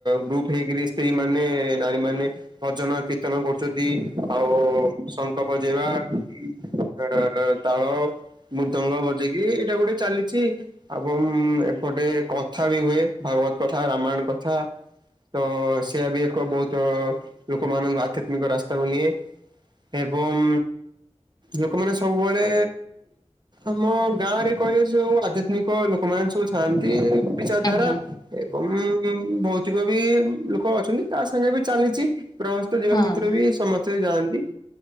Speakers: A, on the right; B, on the left.
A: ଗ୍ରୁପ ହେଇକରି ସ୍ତ୍ରୀ ମାନେ ନାରୀ ମାନେ ଭଜନ କୀର୍ତ୍ତନ କରୁଛନ୍ତି ଆଉ ଶଙ୍ଖ ବଜେଇବା। ହ ତାଳ ମୃଦଙ୍ଗ ବଜେଇକି ଏଇଟା ଗୋଟେ ଚାଲିଛି ଏବଂ ଏପଟେ କଥା ବି ହୁଏ। ଭାଗବତ କଥା ରାମାୟଣ କଥା। ତ ସେଆ ବି ଏକ ବହୁତ ଲୋକମାନଙ୍କ ଆଧ୍ୟାତ୍ମିକ ରାସ୍ତାକୁ ନିଏ। ଏବଂ ଲୋକମାନେ ସବୁବେଳେ ଆମ ଗାଁ ରେ କହ ସୁ ଆଧ୍ୟାତ୍ମିକ ଲୋକମାନୋନ ସବୁ ଥାଆନ୍ତି ବିଚାରଧାରା
B: ଆଜ୍ଞା ଆଜ୍ଞା।
A: ଏବଂ ଭୌତିକ ବି ଲୋକ ଅଛନ୍ତି ତା ସାଙ୍ଗେ ବି ଚାଲିଛି ପ୍ରା ଜୀବନ
B: ହଁ
A: ଭିତରେ ବି ସମସ୍ତେ ଯାଆନ୍ତି